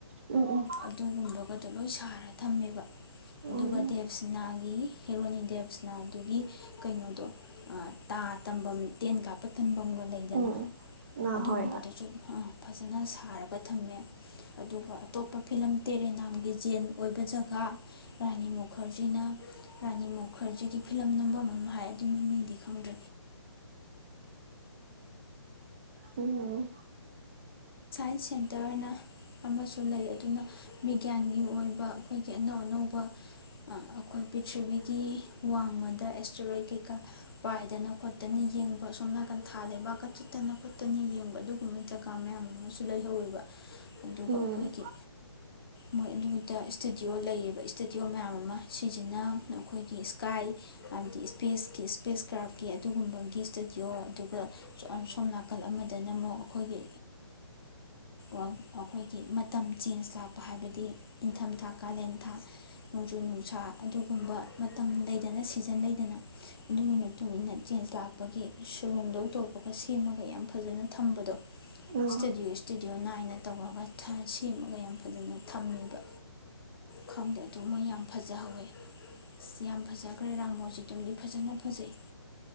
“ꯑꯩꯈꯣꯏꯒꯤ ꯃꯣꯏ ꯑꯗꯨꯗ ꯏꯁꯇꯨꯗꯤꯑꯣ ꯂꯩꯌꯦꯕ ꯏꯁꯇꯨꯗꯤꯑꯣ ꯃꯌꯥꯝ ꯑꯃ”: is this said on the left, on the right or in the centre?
Left